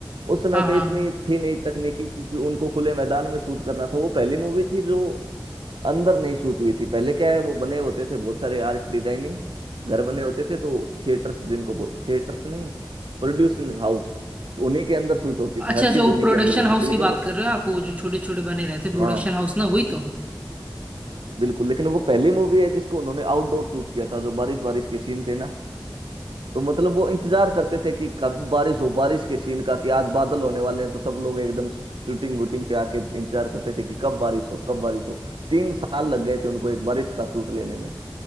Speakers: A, on the right; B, on the right.
A: उस समय
B: हाँ
A: पे
B: हाँ
A: इतनी थी नहीं तकनीकी क्योंकि उनको खुले मैदान में शूट करना था वो पहली मूवी थी जो अंदर नहीं शूट हुई थी पहले क्या है वो बने होते थे बहुत सारे आर्ट डिजाइनिंग घर बने होते थे तो थिएटर्स जिनको बोल थिएटर्स नहीं प्रोड्यूसिंग हाउस तो उन्हीं के अंदर शूट होती थी
B: अच्छा
A: हर
B: अच्छा
A: चीज
B: वो
A: उन्हीं
B: प्रोडक्शन
A: के अंदर होती
B: हाउस
A: थी लेकिन
B: की बात
A: वो
B: कर रहे हो आप वो जो छोटे छोटे बने रहते
A: हाँ
B: प्रोडक्शन हाउस ना वही तो
A: बिल्कुल लेकिन वो पहली मूवी है जिसको उन्होंने आउटडोर शूट किया था जो बारिश बारिश के सीन थे ना तो मतलब वो इंतजार करते थे कि कब बारिश हो बारिश के सीन का कि आज बादल होने वाले हैं तो सब लोग एकदम शूटिंग वूटिंग पे आके इंतजार करते थे कि कब बारिश हो कब बारिश हो तीन साल लग गए थे उनको एक बारिश का शूट लेने में